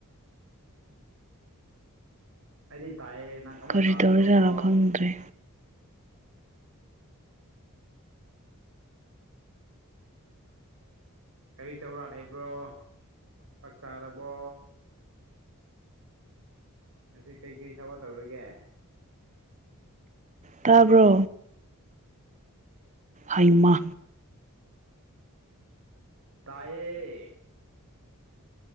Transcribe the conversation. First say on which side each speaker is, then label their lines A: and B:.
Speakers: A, on the right; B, on the right.
A: ꯑꯩꯗꯤ ꯇꯥꯏꯌꯦ ꯅꯪ ꯀꯃꯥꯏꯅ
B: ꯀꯔꯤ
A: ꯇꯥꯗꯕ꯭ꯔꯣ
B: ꯇꯧꯔꯤꯖꯥꯠꯅꯣ
A: ꯀꯣ
B: ꯈꯪꯗ꯭ꯔꯦ
A: ꯀꯔꯤ ꯇꯧꯔꯥ ꯂꯩꯕ꯭ꯔꯣ ꯆꯥꯛ ꯆꯥꯔꯕꯣ ꯉꯁꯤ ꯀꯩꯀꯩ ꯊꯕꯛ ꯇꯧꯔꯤꯒꯦ
B: ꯇꯥꯕ꯭ꯔꯣ ꯍꯩꯃ
A: ꯇꯥꯏꯌꯦ